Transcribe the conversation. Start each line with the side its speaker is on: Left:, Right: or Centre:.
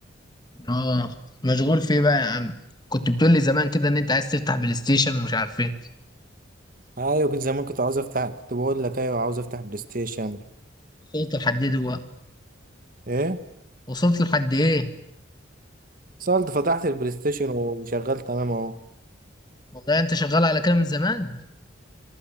Left: اه مشغول في ايه بقى يا عم كنت بتقول لي زمان كده ان انت عايز تفتح بلاي ستيشن ومش عارف ايه
Right: ايوه كنت زمان كنت عاوز افتح كنت بقول لك ايوه عاوز افتح بلاي ستيشن
Left: وصلت لحد ايه دلوقتي
Right: ايه
Left: وصلت لحد ايه
Right: صلت فتحت البلاي ستيشن وشغال تمام اهو
Left: والله انت شغال على كده من زمان